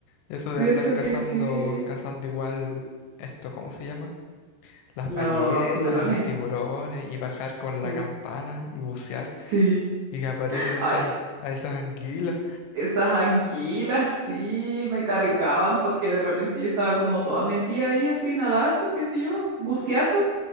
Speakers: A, on the left (about 80°); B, on the right (about 60°).
A: Eso
B: Cierto
A: de andar cazando,
B: que sí.
A: cazando igual, esto, ¿cómo se llama? Las
B: Los
A: ballenas,
B: tiburones,
A: los tiburones, y bajar con
B: sí.
A: la campana y bucear.
B: Sí.
A: Y que aparecen
B: Ay,
A: esas, a esas anguilas.
B: esas anguilas, sí, me cargaban porque de repente yo estaba como toda metida ahí así, nadando, qué sé yo, buceando,